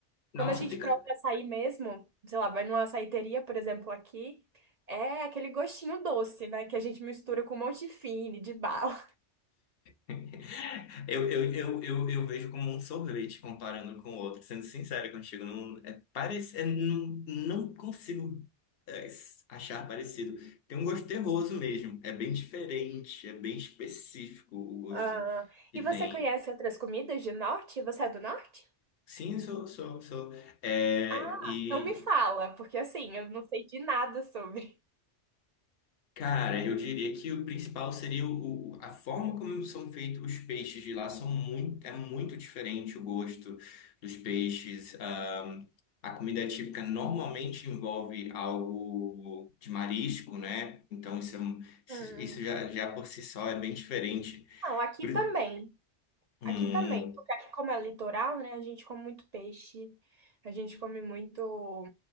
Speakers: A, on the left (about 60°); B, on the right (about 45°).
A: Nossa,
B: quando a gente
A: fica.
B: prova açaí mesmo, sei lá, vai numa açaiteria, por exemplo, aqui, é aquele gostinho doce, né? Que a gente mistura com um monte de fine, de bala.
A: <laughs> Eu, eu, eu, eu, eu vejo como um sorvete comparando com o outro, sendo sincero contigo. Não, é, parece, é, não, não consigo é, s- achar parecido. Tem um gosto terroso mesmo. É bem diferente, é bem específico o gosto
B: Ah,
A: que
B: e você
A: tem.
B: conhece outras comidas de norte? Você é do norte?
A: Sim, sou, sou, sou. É,
B: Ah,
A: e,
B: então me fala, porque assim, eu não sei de nada sobre.
A: cara, eu diria que o principal seria o, o- a forma como são feitos os peixes de lá são muito, é muito diferente o gosto dos peixes. Ahm, a comida típica normalmente envolve algo de marisco, né? Então isso, é um-
B: Hum.
A: isso já, já por si só é bem diferente.
B: Não, aqui
A: Por-
B: também.
A: um,
B: Aqui também. Porque aqui, como é litoral, né? A gente come muito peixe, a gente come muito